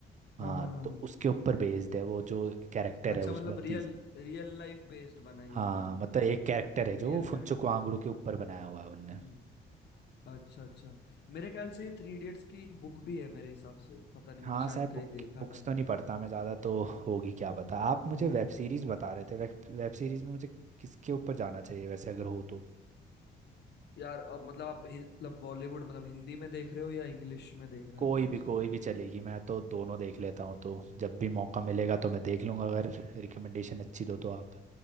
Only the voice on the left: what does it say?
हाँ हाँ हाँ।
अच्छा
मतलब
रियल
रियल लाइफ बेस्ड बनाई
है उन्होंने
रियल
कैरेक्टर
पे
हम्म अच्छा अच्छा मेरे ख्याल से ये थ्री इडियट्स की बुक भी है मेरे हिसाब से पता नहीं
मैंने शायद
कहीं
देखा
था
हम्म हम्म।
यार अब मतलब आप हिं- मतलब बॉलीवुड मतलब हिंदी में देख रहे हो या इंग्लिश में देख रहे
हैं आपको
ऐसे